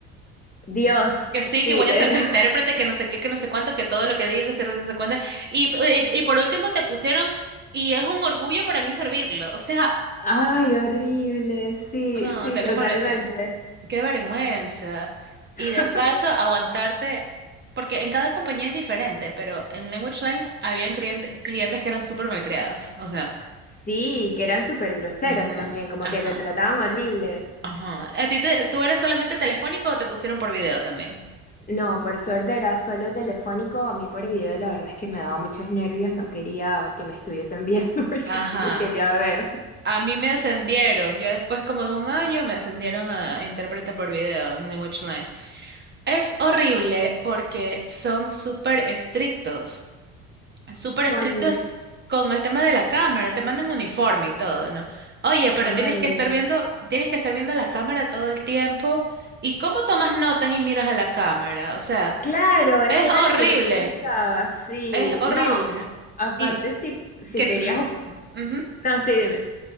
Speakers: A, on the left (about 25°); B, on the right (about 30°).
A: Dios,
B: Que sí,
A: sí,
B: que voy a
A: era.
B: ser su intérprete,
A: <laughs>
B: que no sé qué, que no sé cuánto, que todo lo que diga, que se- no sé cuánto. Y, y, y por último te pusieron, y es un orgullo para mí servirlo. O sea,
A: Ay, horrible, sí,
B: no,
A: sí,
B: te
A: totalmente.
B: lo juro que qué vergüenza. Y
A: <laughs>
B: de paso, aguantarte, porque en cada compañía es diferente, pero en Language Line habían cliente- clientes que eran súper malcriados. O sea,
A: Sí, que eran súper groseros
B: ujú,
A: también, como
B: ajá,
A: que te trataban horrible.
B: ajá. ¿A ti te, tú eres solamente telefónico o te pusieron por video también?
A: No, por suerte era solo telefónico, a mí por video la verdad es que me daba muchos nervios, no quería que me estuviesen viendo <laughs> y yo
B: Ajá,
A: tampoco quería ver.
B: A mí me ascendieron, ya después como de un año me ascendieron a intérprete por video en Language Line. Es horrible porque son súper estrictos, súper
A: Con...
B: estrictos con el tema de la cámara, te mandan uniforme y todo, ¿no? Oye, pero
A: Ay,
B: tienes que estar viendo, tienes que estar viendo la cámara todo el tiempo. ¿Y cómo tomas notas y miras a la cámara? O sea,
A: claro, eso
B: es
A: era
B: horrible,
A: lo que yo pensaba, sí.
B: es horrible.
A: No, aparte
B: Y
A: si, si
B: que,
A: querías
B: n-
A: buscar...
B: ujú.
A: No, sí, dime.